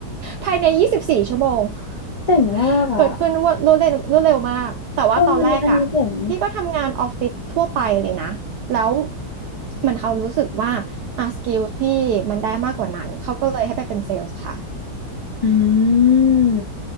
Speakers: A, on the right; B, on the left.
A: ภายในยี่สิบสี่ชั่วโมง
B: เจ๋งมากอะ
A: <laughs> เกิดขึ้นว่ารวดเร็วรวดเร็วมากแต่ว่าตอนแรกอะพี่ก็ทำงานออฟฟิศทั่วไปเลยนะ
B: ตรงอันนี้อันนี้เจ๋ง
A: แล้วมันเขารู้สึกว่าอ่ะสกิลพี่มันได้มากกว่านั้น เขาก็เลยให้ไปเป็นเซลส์ค่ะ
B: อืม